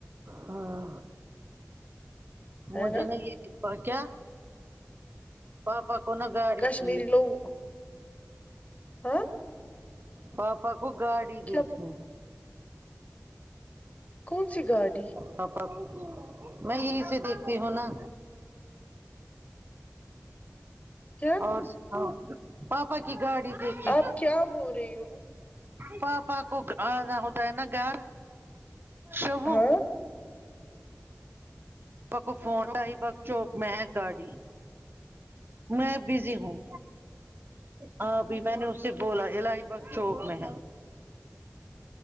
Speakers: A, on the right; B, on the left.
A: ہاں
B: ہے
A: مجھے
B: نا
A: نہیں یہ اور کیا؟ پاپا کو نہ گاڑی
B: کشمیری
A: کی
B: لوگ ہاں
A: پاپا کو گاڑی دیکھنی
B: کیا
A: ہے
B: کون سی گاڑی
A: پاپا کو میں یہی سے دیکھتی ہوں نا
B: کیا
A: اور سناؤ پاپا کی گاڑی دیکھے
B: آپ کیا بول رہی ہو
A: پاپا کو آنا ہوتا ہے نا گھر شوبو
B: ہاں
A: پا کو فون کری بک چوپ میں گاڑی میں بزی ہوں بھابھی میں نے اس سے بولا الاہی بگ چوک میں